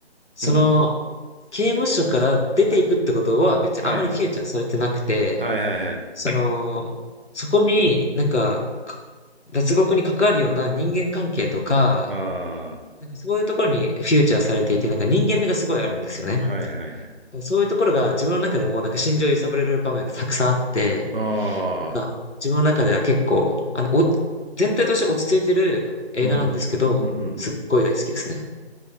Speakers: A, on the left; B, on the right.
A: その、
B: うん。
A: 刑務所から出ていくってことは別にあんまりフィーチャーされてなくて、
B: はい。はいはいはい。
A: その、そこになんか、か脱獄に関わるような人間関係とか、
B: ああ、
A: なんかそういうところにフィーチャーされていて、なんか人間味がすごいあるんですよね。
B: はいはいはい。
A: そういうところが自分の中でもなんか心情を揺さぶれる場面がたくさんあって、
B: ああ、
A: なんか自分の中では結構、あの、お、全体として落ち着いてる映画なんですけど、
B: うん。うんうんうん。
A: すっごい大好きですね。